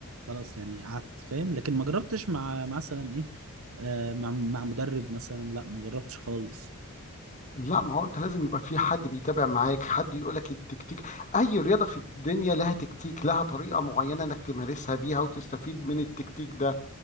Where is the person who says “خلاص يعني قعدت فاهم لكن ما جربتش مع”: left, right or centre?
Right